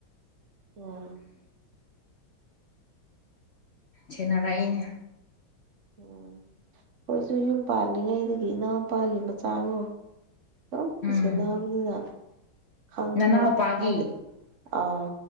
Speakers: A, on the right; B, on the left.
A: ꯑꯣ
B: ꯁꯦꯟꯅꯔꯛꯏꯅꯦ
A: ꯎꯝ ꯑꯩꯏꯁꯨ ꯌꯨꯝ ꯄꯥꯟꯜꯂꯤꯉꯩꯗꯒꯤ ꯏꯅꯥꯎꯄꯥꯒꯤ ꯃꯆꯥꯔ‌ꯣ ꯑꯗꯨꯝ
B: ꯎꯝ
A: ꯁꯦꯟꯅꯕꯅꯤꯅ ꯈꯪꯉꯦꯕ
B: ꯅꯅꯥꯎꯄꯥꯒꯤ
A: ꯍꯥꯏꯕꯗꯤ ꯑꯥ